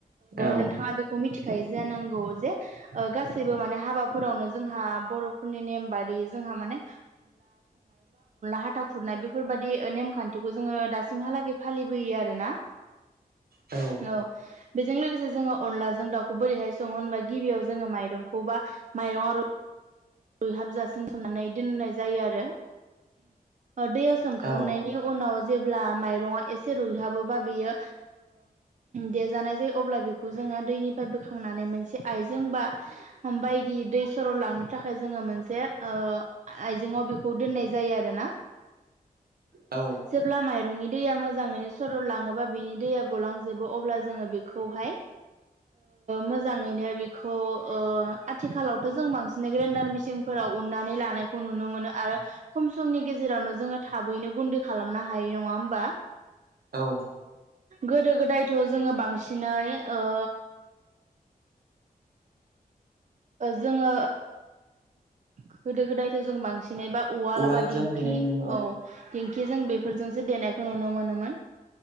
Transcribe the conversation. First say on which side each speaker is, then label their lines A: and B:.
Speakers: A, on the right; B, on the right.
A: औ
B: नोंथाङा बेखौ मिथिखायो जानांगौ जे गासैबो माने हाबाफोरावनो जोंहा बर'फोरनि नेम बादि जोंहा माने हाथा खुरनाय बेफोरबादि नेमखान्थिखौ जोङो दासिमहालागै फालिबोयो आरो ना।
A: औ।
B: औ बेजों लोगोसे जोङो अनलाजों दाउखौ बोरैहाय सङो होनबा गिबियाव जोङो माइरंखौ बा माइरं आरो बहाबजासिन सोमनानै दोननाय जायो आरो दैयाव सोमखांनायनि
A: औ
B: उनाव जेब्ला माइरङा एसे रुइहाबोबा बेयो देजानाय जायो अब्ला बेखौ जों दैनिफ्राय बोखांनानै मोनसे आइजें बा बायदि दै सर' लां नि थाखाय जोङो मोनसे आइजें आव बेखौ दोननाय जायो आरोना।
A: औ।
B: जेब्ला माइरंनि दैया मोजाङैनो सरद लाङोबा बेनि दैया गलांजोबो अब्ला जोङो बेखौहाय मोजाङैनो बेखौ आथिखालावथ' जों बांसिन ग्रेनडार मेसिनफोराव उन्नानै लानायखौ नुनो मोनो आरो खम समनि गेजेरावनो जोङो थाबैनो गुन्दै खालामनो हायो नङा होमबा?
A: औ।
B: गोदो गोदायथ' जोङो बांसिनै ओ जोङो गोदो गोदायथ' जों बांसिनैबा उवाल
A: उवालजों
B: बा दिंखि
A: देनायनि
B: औ दिंखिजों बे सो देनायखौ नुनो मोनोमोन